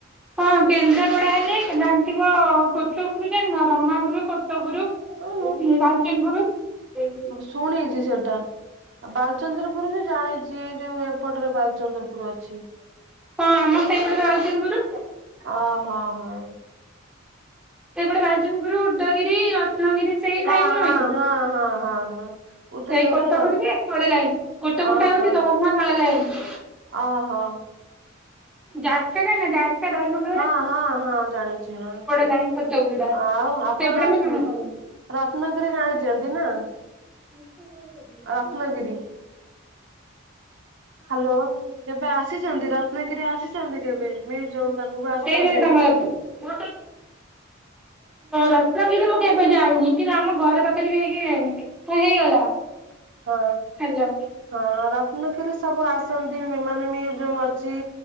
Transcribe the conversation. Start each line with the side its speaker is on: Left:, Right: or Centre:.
Centre: ହଁ କେନ୍ଦ୍ରାପଡା ହେଲେ ତ ଜାଣିଥିବ କତାପୁର ଜାଣିନ? ରମାପୁରୁ କ ତାପୁରୁ,
Right: ହଁ
Centre: ଏମତି ବାଲଚନପୁରୁ <inaudible>
Right: ଶୁଣିଚି ସେଟା। ଆଉ ବାଲଚନ୍ଦ୍ରପୁର ବି ଜାଣିଚି ଏଇ ଯୋଉ ଏପଟରେ ବାଲଚନ୍ଦ୍ରପୁର ଅଛି।
Centre: ହଁ ଆମର ସେହି ଗୋଟେ ବାଲଚନପୁରୁ।
Right: ଓ, ହଁ, ହଁ।
Centre: ଏଇପଟେ ବାଲନପୁରୁ, ଉଦୟଗିରି, ରତ୍ନଗିରି। ସେଇ
Right: ହଁ,
Centre: ଲାଇନ
Right: ହଁ,
Centre: ନୁହେଁ କି
Right: ହଁ, ହଁ, ହଁ, ହଁ। ଉଦୟଗିରି
Centre: ସେଇ କଥା
Right: ର
Centre: ବୁଝିକି <unintelligible> ଲାଇନ୍ ଗୋଟେ
Right: ଅ
Centre: ପଟେ ହଉଛି
Right: ହଁ ଅ
Centre: ଧର୍ମଶାଳା ଲାଇନ୍।
Right: ଓହୋ।
Centre: ଜାର୍କା ଜାଣିନ ଜାର୍କା ଧର୍ମ
Right: ହଁ, ହଁ, ହଁ ଜାଣିଛି ହଁ, ହଁ,
Centre: ଲାଇନ୍ କଟକ ଯୋଉଟା
Right: ହଁ ଆଉ ଆପଣ
Centre: ସେଇପଟେ
Right: ରାଚୁ
Centre: ମୋ ମାମୁଁ ଘର
Right: ରତ୍ନଗିରି ଜାଣିଚନ୍ତି ନା?
Centre: <inaudible>
Right: ରତ୍ନଗିରି ହ୍ୟାଲୋ, କେବେ ଆସିଛନ୍ତି, ରତ୍ନଗିରି ଆସିଛନ୍ତି କେବେ? ମ୍ୟୁଜିୟମ ପାଖକୁ ଆସିଛନ୍ତି?
Centre: କେଇ ଜଣ ତୋମର? ଯୋ ରତ୍ନଗିରି ମୁଁ କେବେ ଯାଇନି, କିନ୍ତୁ ଆମ ଘର ପା <unintelligible> ହେଇଗଲା
Right: ହଁ,
Centre: ହ୍ୟାଲୋ
Right: ହଁ ରତ୍ନଗିରି ସବୁ ଆସନ୍ତି ମୁଁ ମାନେ ମୁଁ ଯୋଉ ଅଛି।